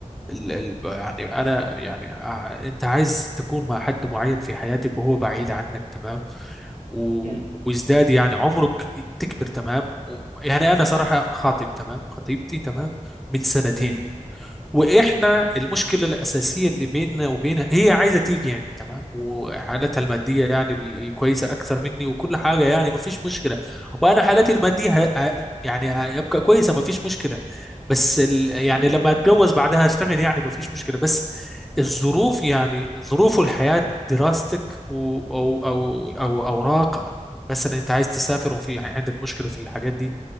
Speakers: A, in the centre; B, on the right.
A: ال ال يعني أنا يعني ع- أنت عايز تكون مع حد معين في حياتك وهو بعيد عنك تمام و-
B: امم
A: وازداد يعني عمرك تكبر تمام و- يعني أنا صراحة خاطب تمام خطيبتي تمام من سنتين
B: امم
A: واحنا المشكله الاساسيه اللي بيننا وبينها هي عايزه تيجي يعني تمام وحالتها الماديه يعني ال- الكويسه اكثر مني وكل حاجه يعني ما فيش مشكله وانا حالتي الماديه ه... ه- يعني هيبقى كويسه ما فيش مشكله بس ال... يعني
B: امم
A: لما اتجوز بعدها اشتغل يعني ما فيش مشكله بس الظروف يعني ظروف الحياه دراستك و... او او او اوراق مثلا انت عايز تسافر وفي عندك مشكله في الحاجات دي